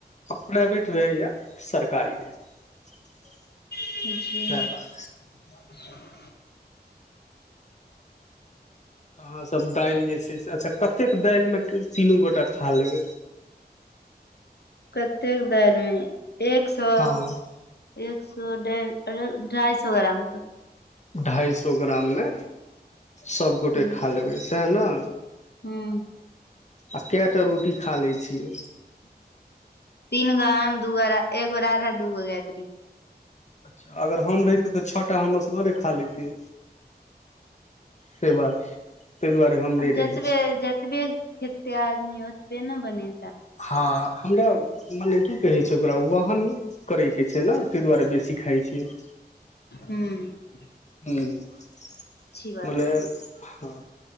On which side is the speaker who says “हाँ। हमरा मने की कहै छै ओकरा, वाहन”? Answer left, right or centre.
Left